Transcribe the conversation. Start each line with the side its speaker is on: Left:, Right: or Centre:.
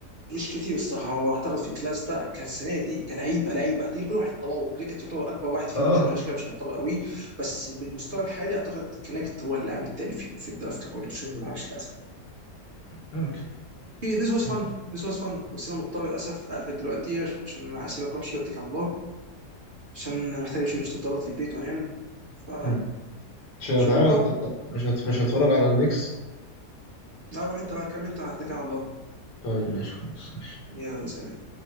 Right: مش كتير الصراحه هو اعتقد في الكلاس ده كانت السنه دي كلعيبه لعيبه تاني كل واحد تطور كريكت تعتبر اكبر واحد فيهم
Left: اه آه،
Right: شويه كده مش هيتطور قوي بس بالمستوى الحالي اعتقد كونكت هو اللاعب التاني في, في الدرافت كله بس هو ما بيلعبش للاسف
Left: ممكن
Right: اوكي ذس واز
Left: ماشي.
Right: فن ذس واز فن بس انا مضطر للاسف اقفل دلوقتي عشان اسيبك وامشي واتكل على الله عشان محتاج اشوف شويه طلبات للبيت وانام ف
Left: مم. مش تعالى
Right: شوف بكره
Left: انت بت- مش هت... مش هتفرج على النكس
Right: لا روح انت بقى كمل انت انا هتكل على الله
Left: طيب ماشي خلاص
Right: يلا سلام